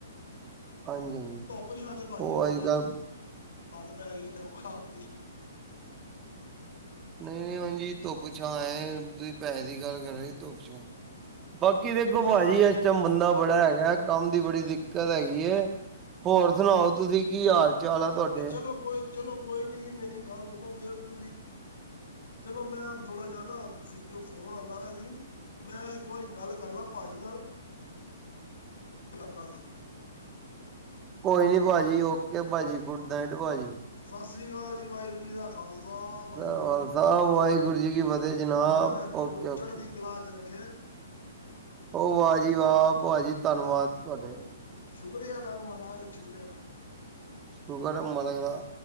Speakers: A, on the right; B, on the left.
A: ਹਾਂਜੀ ਹਾਂਜੀ
B: ਧੁੱਪ ਛਾਂ ਤੇ ਭਾਜੀ
A: ਉਹ
B: <unintelligible>
A: ਅੱਜ ਕੱਲ
B: ਰਾਤ ਪੈਗੀ <unintelligible>
A: ਨਈ-ਨਈ ਉਂਜ ਜੀ ਧੁੱਪ ਛਾਂ ਏ ਤੁਸੀਂ ਪੈਸੇ ਦੀ ਗੱਲ ਕਰ ਰੇ ਧੁੱਪ ਛਾਂ। ਬਾਕੀ ਦੇਖੋ
B: ਹਾਂ
A: ਭਾਜੀ ਇਸ
B: ਨਹੀਂ ਨਹੀਂ
A: ਚ ਮੰਦਾ
B: ਉਹ ਤੇ
A: ਬੜਾ ਹੈਗੈ। ਕੰਮ ਦੀ ਬੜੀ ਦਿੱਕਤ ਹੈਗੀ ਏ ਹੋਰ ਸੁਣਾਓ ਤੁਸੀਂ ਕੀ ਹਾਲ ਚਾਲ ਆ ਤੁਹਾਡੇ?
B: ਨਹੀਂ ਚਲੋ ਕੋਈ ਚਲੋ ਕੋਈ ਨੀ ਮੇਰੀ ਗੱਲ ਸੁਣੋ ਫੇਰ ਤੁਸੀਂ ਚਲੋ ਮੈਂ ਥੋੜਾ ਜਾ ਨਾ ਵਿੱਚੋ ਫੋਨ ਆਂਦਾ ਵਾ ਸੀ। ਮੈਂ ਇੱਕ ਵਾਰੀ ਗੱਲ ਕਰ ਲਾ ਭਾਜੀ ਨਾਲ <unintelligible>
A: ਕੋਈ ਨੀ ਭਾਜੀ ਓਕੇ ਭਾਜੀ ਗੁੱਡ ਨਾਈਟ ਭਾਜੀ।
B: ਸਸ ਸ੍ਰੀ ਕਾਲ ਜੀ ਵਾਏਗੁਰੂ ਜੀ ਦਾ ਖਾਲਸਾ ਸਾ ਵਾਏਗੁਰੂ
A: ਖਾਲਸਾ
B: ਜੀ ਕੀ ਫਤਿਹ
A: ਵਾਹਿਗੁਰੂ
B: ਜੀ
A: ਕੀ ਫਤਿਹ ਜਨਾਬ
B: ਮਹਾਰਾਜ ਤੁਹਾਨੂੰ
A: ਓਕੇ ਓਕੇ।
B: ਚੜ੍ਹਦੀ ਕਲਾ ਚ ਰੱਖੇ।
A: ਓ ਵਾਹ ਜੀ ਵਾਹ ਭਾ ਜੀ ਧੰਨਵਾਦ ਤੁਹਾਡੇ।
B: ਸ਼ੁਕਰ ਐ ਅਲਾ ਮਹਾਰਾਜ ਸ਼ੁਕਰੀਆ।
A: ਸ਼ੁਕਰ ਐ ਮਾਲਕ ਦਾ।